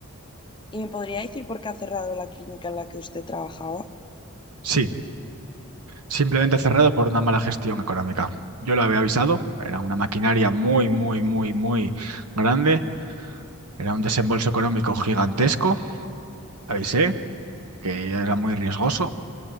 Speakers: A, on the left; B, on the right.
A: ¿Y me podría decir por qué ha cerrado la clínica en la que usted trabajaba?
B: Sí, simplemente cerrado por una mala gestión económica. Yo lo había avisado, era una maquinaria muy, muy, muy, muy grande, era un desembolso económico gigantesco. Avisé que era muy riesgoso